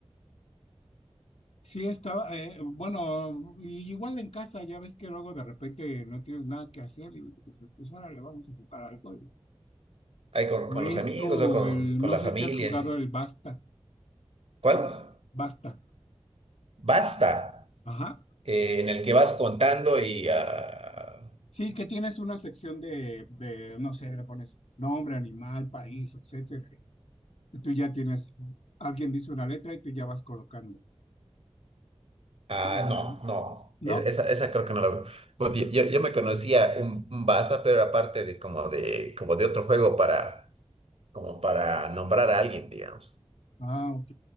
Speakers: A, on the left; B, on the right.
A: Sí, estaba, eh, bueno, y igual en casa, ya ves que luego de repente no tienes nada que hacer y dices, pues ahora le vamos a jugar algo.
B: ahí con, con
A: O
B: los amigos
A: esto,
B: o
A: o
B: con,
A: el,
B: con
A: no
B: la
A: sé
B: familia?
A: si has jugado el Basta,
B: ¿Cuál?
A: Basta,
B: Basta,
A: ajá.
B: eh, en el que vas contando y ah,
A: Sí, que tienes una sección de, de, no sé, le pones nombre, animal, país, etcétera. Y tú ya tienes, alguien dice una letra y tú ya vas colocando.
B: Ah,
A: Y,
B: no, no,
A: ¿no?
B: e- esa, esa creo que no la veo. Bueno, Yo, yo- yo me conocía un, un Baza, pero aparte de como de, como de otro juego para, como para nombrar a alguien, digamos.
A: Ah, ok.